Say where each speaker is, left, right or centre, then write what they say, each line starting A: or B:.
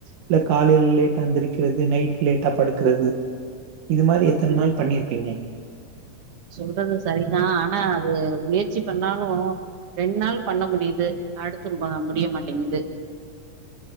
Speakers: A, on the right; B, on the right.
A: இல்ல காலேல் லேட்டா எந்திர்க்கிறது நைட் லேட்டா படுக்றது இது மாறி எத்தன்
B: நீங்க
A: நாள் பண்ணிருப்பிங்க
B: சொல்றது சரிதா ஆனா அது முயற்ச்சி பண்ணாலூ ரெண்ட் நாள் பண்ண முடியிது அடுத்து பா முடிய மாட்டேங்து